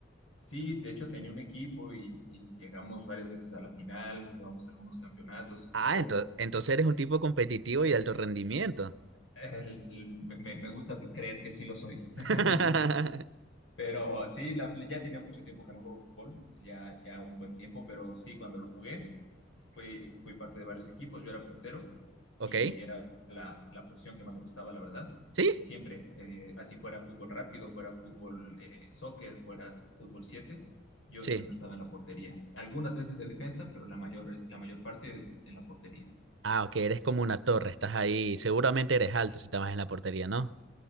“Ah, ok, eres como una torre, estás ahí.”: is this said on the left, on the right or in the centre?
Right